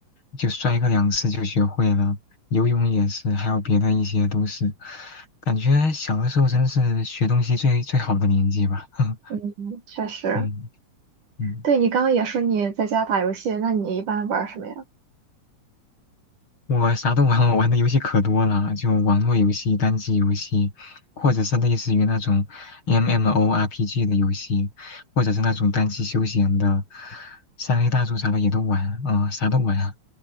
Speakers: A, on the left; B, on the right.
A: 就摔个两次就学会了，游泳也是，还有别的一些都是，感觉小的时候真是学东西最最好的年纪吧。<laughs>
B: 嗯，确实。
A: 嗯。嗯，
B: 对，你刚刚也说你在家打游戏，那你一般玩儿什么呀？
A: 我啥都玩，我玩的游戏可多了，就网络游戏、单机游戏，或者是类似于那种 MMORPG 的游戏，或者是那种单机休闲的，三 A 大作啥的也都玩，啊，啥都玩啊。